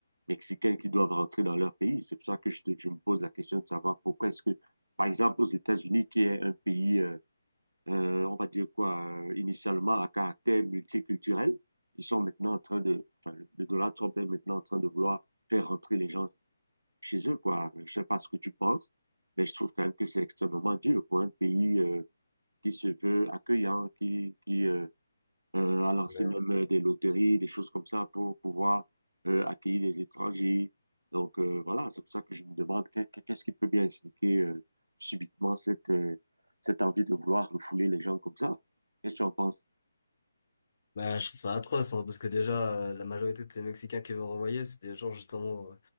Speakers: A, on the right; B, on the left.
A: Mexicains qui doivent rentrer dans leur pays. C'est pour ça que je te, je me pose la question de savoir pourquoi est-ce que, par exemple, aux États-Unis, qui est un pays, euh, euh, on va dire quoi, euh, initialement à caractère multiculturel. Ils sont maintenant en train de, enfin, le Donald Trump est maintenant en train de vouloir faire rentrer les gens chez eux, quoi. Je sais pas ce que tu penses, mais je trouve quand même que c'est extrêmement dur pour un pays euh, qui se veut accueillant, qui, qui, euh, euh, à lancer
B: Ouais.
A: même euh, des loteries, des choses comme ça pour pouvoir euh, accueillir des étrangers. Donc euh, voilà, c'est pour ça que je me demande que- que- qu'est-ce qui peut bien expliquer euh, subitement cette, euh, cette envie de vouloir refouler les gens comme ça. Qu'est-ce que tu en penses?
B: Bah, je trouve ça atroce, hein, parce que déjà, euh, la majorité de ces Mexicains qui vont renvoyer, c'est des gens justement